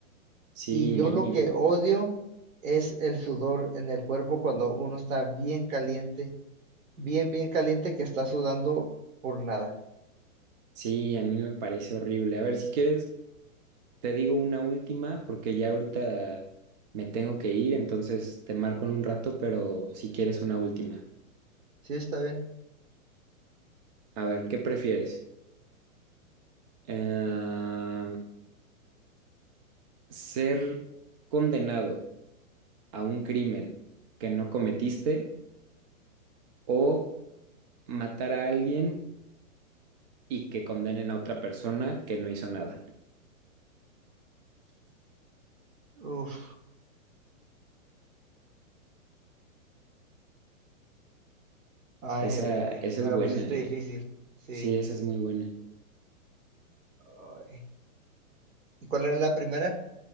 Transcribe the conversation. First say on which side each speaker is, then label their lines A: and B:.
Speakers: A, on the right; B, on the right.
A: sí,
B: Y
A: mínimo.
B: yo lo que odio es el sudor en el cuerpo cuando uno está bien caliente, bien, bien caliente que está sudando por nada.
A: Sí, a mí me parece horrible. A ver, si quieres, te digo una última porque ya ahorita me tengo que ir, entonces te marco en un rato, pero si quieres una última.
B: ¿Sí está bien?
A: A ver, ¿qué prefieres? eh, ser condenado a un crimen que no cometiste o matar a alguien y que condenen a otra persona que no hizo nada.
B: Uf, ay,
A: Esa,
B: ay, ay,
A: esa
B: me
A: es
B: la
A: buena,
B: pusiste
A: ¿eh?
B: difícil, sí.
A: Sí, esa es muy buena.
B: Ay. ¿Y cuál era la primera?